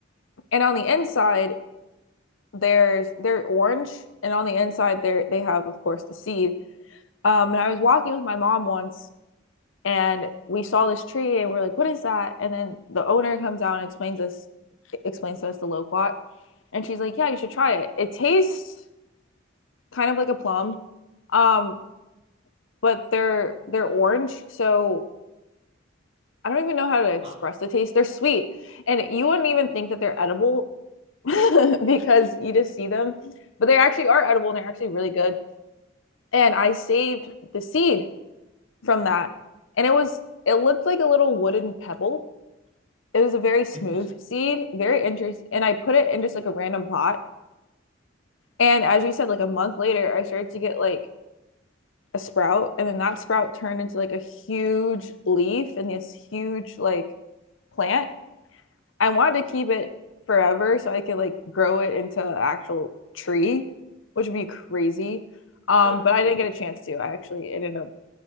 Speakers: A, on the left; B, on the right.
A: And on the inside, there's they're orange, and on the inside, there they have, of course, the seed. Um, and I was walking with my mom once, and we saw this tree, and we're like, "What is that?" And then the owner comes out and explains us explains to us the loquat, and she's like, "Yeah, you should try it. It tastes kind of like a plum, um, but they're they're orange, so I don't even know how to express
B: Ah,
A: the taste. They're sweet, and you wouldn't even think that they're edible <laughs> because you just see them, but they actually are edible and they're actually really good. And I saved the seed from that, and it was it looked like a little wooden pebble. It was a very smooth
B: interesting.
A: seed, very interesting. And I put it in just like a random pot. And as you said, like a month later, I started to get like a sprout, and then that sprout turned into like a huge leaf and this huge like plant. I wanted to keep it forever so I could like grow it into an actual tree, which would be crazy. Um,
B: That would
A: but
B: be
A: I
B: cool.
A: didn't get a chance to. I actually ended up